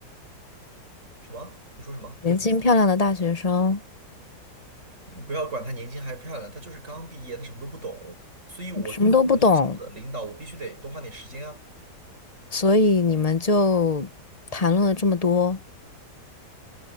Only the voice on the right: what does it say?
什么？你说什么？
你不要管他年轻还是漂亮，他就是刚毕业，他什么都不懂，所以我作为这个项目的领导，
我必须得多花点时间啊。